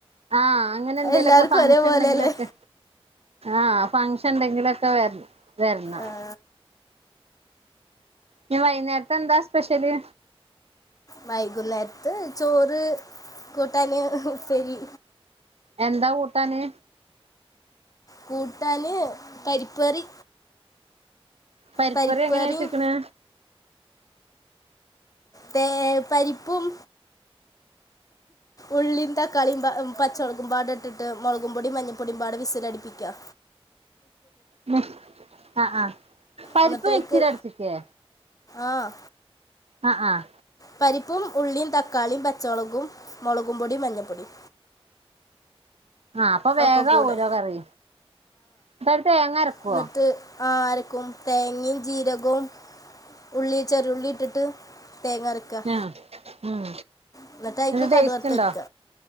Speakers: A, on the right (about 85°); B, on the left (about 35°).
A: ആഹ് അങ്ങനെ എന്തെലൊക്കെ
B: എല്ലാർക്കും
A: ഫങ്ഷൻ
B: ഒരേപോലെല്ലേ
A: ണ്ടെങ്കിലൊക്കെ ആഹ് ഫങ്ഷൻണ്ടെങ്കിലൊക്കെ വരണം വരണം
B: ആഹ്
A: ഞ്ഞ് വൈന്നേരത്തെന്താ സ്പെഷ്യല്
B: വൈകുന്നേരത്ത് ചോറ് കൂട്ടാന് ഉപ്പേരി
A: എന്താ കൂട്ടാന്
B: കൂട്ടാന് പരിപ്പ് കറി
A: പരിപ്പറി
B: പരിപ്പ്
A: എങ്ങനെച്ചക്കണേ
B: കറിയും തേ പരിപ്പും ഉള്ളിം തക്കാളിം പച്ചമുളകും പാടട്ടിട്ട് മുളകും പൊടിം മഞ്ഞപ്പൊടിയും പാട വിസിലടിപ്പിക്ക
A: ഉം ആഹ് ആഹ് പരിപ്പ്
B: എന്നിട്ട്
A: മിക്സിയിലട്ച്ചിക്കെ
B: അയ്ക്ക് ആഹ്
A: ആ അഹ്
B: പരിപ്പും ഉള്ളിം തക്കാളിം പച്ചമളകും മുളകും പൊടിം മഞ്ഞപ്പൊടിം
A: ആഹ് അപ്പൊ വേഗാവൂലോ
B: ഒക്കെ കൂടെ
A: കറി. അപ്പോ തേങ്ങരക്കുവോ?
B: എന്നിട്ട് ആഹ് അരക്കും തേങ്ങിം ജീരകും ഉള്ളി ചെറുള്ളിട്ടിട്ട് തേങ്ങരയ്ക്കു ക്ക
A: ആഹ് ഉം
B: ഇന്നട്ടയ്ക്ക്
A: ന്നട്ട്
B: കടു
A: ടേസ്റ്റ്
B: വറത്തൊരിക്ക
A: ണ്ടോ